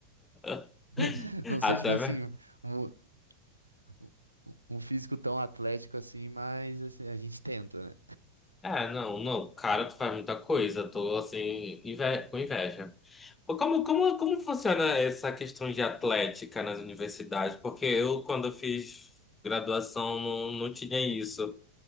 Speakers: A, on the left (about 15°); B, on the right (about 80°).
A: <laughs>
B: <laughs> não
A: Até
B: sou tipo assim, um- um um físico tão atlético assim, mas assim, a gente tenta, né?
A: Ah, não, não, cara, tu faz muita coisa, tô assim, inve- com inveja. Pô, Como, como, como funciona essa questão de atlética nas universidades? Porque eu, quando eu fiz graduação, não, não tinha isso.